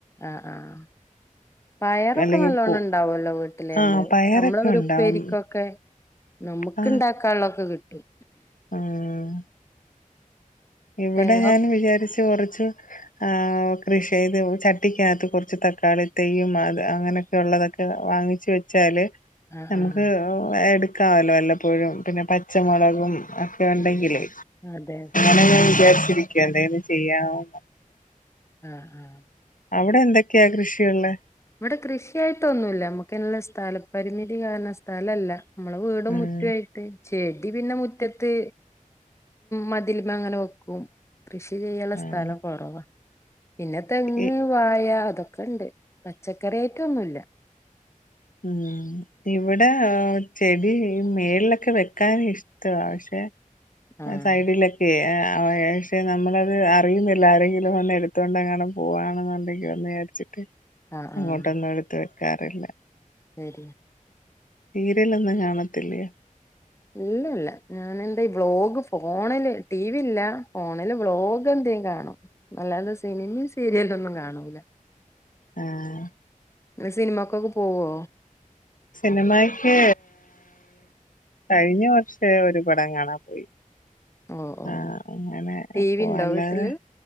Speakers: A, on the left; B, on the left.
A: ആഹ് ആഹ് പയറൊക്കെ
B: അല്ലെങ്കിൽ
A: നല്ലോണ്ണം
B: പൂ
A: ഉണ്ടാവുല്ലോ വീട്ടില്
B: ആ
A: നമ്മള്
B: പയറൊക്കെ
A: നമ്മള് ഒരു
B: ഉണ്ടാവും
A: ഉപ്പേരിക്കൊക്കെ- നമുക്ക്
B: ആ
A: ഇണ്ടാക്കാനുള്ളൊക്കെ കിട്ടും
B: ഉം ഇവിടെ
A: തെങ്ങൊ
B: ഞാൻ വിചാരിച്ചു കൊറച്ച്- ആഹ് കൃഷി ചെയ്ത് ചട്ടിക്കകത്ത് കൊറച്ച് തക്കാളി തൈയും അത് അങ്ങനെ- ഉള്ളതൊക്കെ വാങ്ങിച്ച് വെച്ചാല്
A: ആഹ്
B: നമുക്ക്
A: ആഹ്
B: എടു ക്കാവല്ലോ വല്ലപ്പോഴും പിന്നെ പച്ചമുളകും ഒക്കെ ഒണ്ടെങ്കിലെ
A: അതെ അതെ
B: ഞാൻ വിചാരിച്ചിരിക്ക എന്തേലും ചെയ്യാവൊ -
A: ആഹ് ആഹ്
B: അവിടെ എന്തെക്കെയാ കൃഷിയുളേ
A: ഇവിടെ കൃഷിയായിട്ടൊന്നുമില്ല നമ്മുക്കുള്ള സ്ഥലം പരിമിതി കാരണം സ്ഥലം ഇല്ല നമ്മടെ വീടും
B: ഉം
A: മുറ്റമായിട്ട്- ചെടി പിന്നെ മുറ്റത്ത് മതിലമെ അങ്ങനെ വെക്കും കൃഷി ചെയ്യാനൊള്ള
B: ആഹ്
A: സ്ഥലം കൊറവാ പിന്നെ തെങ്ങ്
B: ഇ
A: വാഴ അതൊക്കെ ഒണ്ട് പച്ചക്കറി ഐറ്റം ഒന്നുയില്ല
B: ഉം ഇവിടെ ചെടി ഈ മേളിലൊക്കെ വെക്കാൻ ഇഷ്ട ഇഷ്ടമാ പക്ഷെ
A: ആഹ്
B: സൈഡിലെ ക്കെ പക്ഷേ നമ്മളത് അറിയുന്നില്ല ആരെങ്കിലും വന്ന് എടുത്തുകൊണ്ട് എങ്ങാണും പോവാണെന്നുണ്ടെങ്കിലോന്ന് - ച്ചിട്ട്
A: ആഹ്
B: അങ്ങോട്ടൊന്നും
A: ആഹ്
B: എടുത്ത് വെക്കാറില്ല
A: ശരി
B: സീരിയലൊന്നും കാണത്തില്ലയോ
A: ഇല്ല ഇല്ല ഞാനെന്താ ഈ വ്ലോഗ് ഫോണില് ടിവി ഇല്ല ഫോണില് വ്ലോഗ് എന്തേലും കാണും അല്ലാത സിനിമയും സീരിയല് ഒന്നും കാണൂല്ല
B: ആഹ്
A: സിനിമക്കൊക്കെ പോവോ
B: സിനിമക്ക് കഴിഞ്ഞ വർഷം ഒരു പടം കാണാൻ പോയി
A: ഓ ഓ
B: ആഹ് അങ്ങനെ
A: ടി
B: പോകും
A: വി ഉണ്ടോ
B: അല്ലാതെ-
A: വീട്ടില്